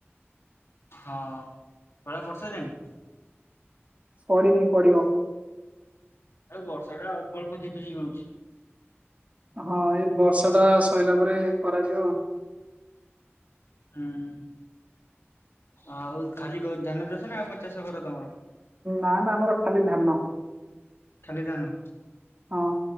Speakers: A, on the left; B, on the right.
A: ହଁ ତଳା ପଡି ସାରିଲାଣି?
B: ପଡିନି ପଡିବ।
A: ଆଉ ବର୍ଷା ଟା ଅଳ୍ପ ଅଳ୍ପ ଝିପଝିପ୍ ହଉଚି।
B: ହଁ ଏଇ ବର୍ଷା ଟା ସରିଲା ପରେ କରାଯିବ ଆଉ।
A: ହୁଁ। ଆଉ ଖାଲି ଧାନ ଚାଷ ନା ଆଉ କଣ ଚାଷ କର ତମର?
B: ନା ନା ଆମର ଖାଲି ଧାନ
A: ଖାଲି ଧାନ।
B: ହଁ।